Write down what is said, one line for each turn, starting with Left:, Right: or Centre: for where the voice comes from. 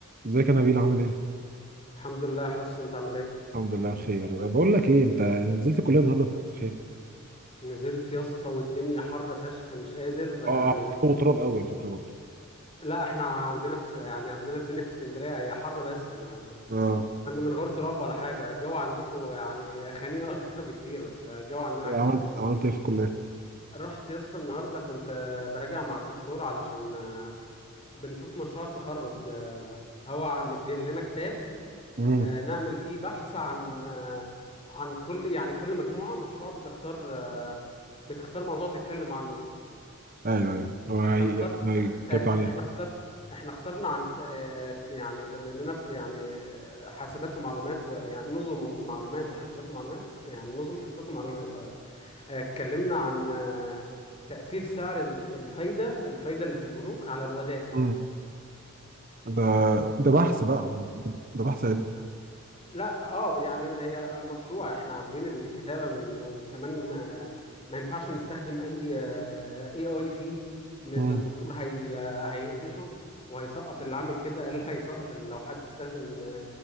Right: ازيك يا نبيل عامل ايه؟
Left: الحمد لله يا حس انت عامل ايه
Right: الحمد لله بخير بقول لك ايه انت نزلت الكليه النهارده صحيح
Left: نزلت يا اسطى والدنيا حر فشخ مش قادر
Right: اه
Left: يعني
Right: اه هو تراب قوي على فكره برضه
Left: لا احنا عندنا في يعني عندنا الدنيا في اسكندريه هي حر بس ما
Right: اه
Left: انا من غير تراب ولا حاجه الجو عندكم يعني خنيق اكتر <laughs> بكتير بس الجو عندنا
Right: إيه
Left: حلو
Right: عملت عملت ايه في الكليه؟
Left: رحت يا اسطى النهارده كنت آه، براجع مع الدكتور علشان آه، بنشوف مشروع التخرج آه، هو مدين لنا كتاب
Right: امم
Left: آه، نعمل فيه بحث عن آه، عن كل يعني كل مجموعه مشروع بتختار آه، بتختار موضوع تتكلم عنه
Right: ايوه ايوه هو هي-
Left: احنا اختار
Right: ما
Left: إح- تاري-
Right: جبت عليه
Left: احنا اختار احنا اخترنا عن ت- آه، يعني بما اننا في يعني آه، حاسبات ومعلومات ويعني نظم معلومات وحاسبات ومعلومات يعني نظم حاسبات ومعلومات اه آه، اتكلمنا عن آه، تأثير سعر ال- الفايدة الفايدة اللي في البنوك على الودائع
Right: امم ده ده بحث بقى ده, ده بحث علمي
Left: لا اه يعني هي مشروع احنا عاملين الكتابة من وكمان ما, ما ينفعش نستخدم اي اي اي فيه لان
Right: امم
Left: الدكتور هي آه، هيقفشه وهيسقط اللي عامل كده <laughs> قال هيسقط ال- لو حد استخدم